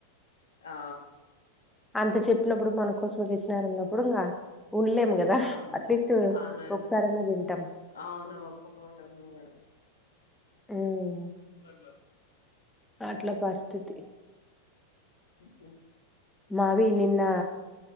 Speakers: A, on the left; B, in the centre.
A: ఆ
B: అంత చెప్పినప్పుడు మన కోసమే దెచ్చినారు అన్నప్పుడు ఇంగా ఉండ్లేమ్ గదా
A: ఆహా
B: అట్లీస్టు
A: అదేలే
B: ఒకసారన్న దింటాం
A: అవును ఒక్క ఫూట అన్నావ్ గదా
B: ఉమ్
A: మర్చి
B: అట్లా పరిస్థితి
A: ఉహు
B: నావి నిన్న